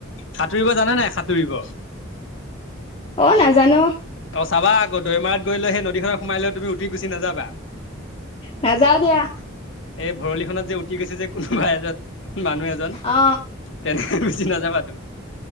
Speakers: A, on the left; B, on the left.
A: সাঁতুৰিব জানে নাই সাঁতুৰিব।
B: অ নাজানো।
A: অ চাবা আকৌ দৈমাৰা গৈ সেই নদীখন সোমাই লৈ তুমি উতি গুচি নাযাবা।
B: নাজাওঁ দিয়া।
A: এই ভৰলিখনত যে উঠি গৈছে যে কোনোবাই এজন মানুহ এজন
B: অ
A: তেনে। উতি নাযাবা তুমি।